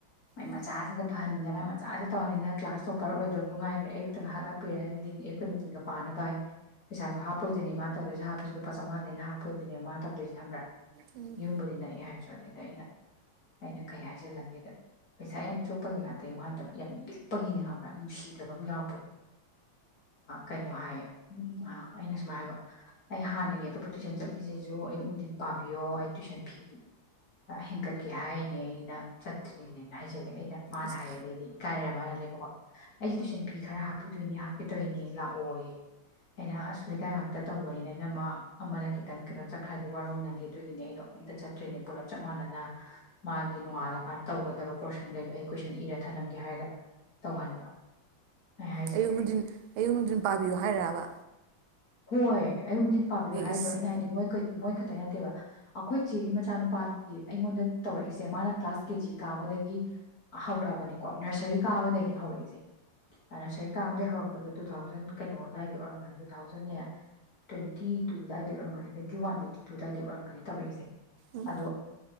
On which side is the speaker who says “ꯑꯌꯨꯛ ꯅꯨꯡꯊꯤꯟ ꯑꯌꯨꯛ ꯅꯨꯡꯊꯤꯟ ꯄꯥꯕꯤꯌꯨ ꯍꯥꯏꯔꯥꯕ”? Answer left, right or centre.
Right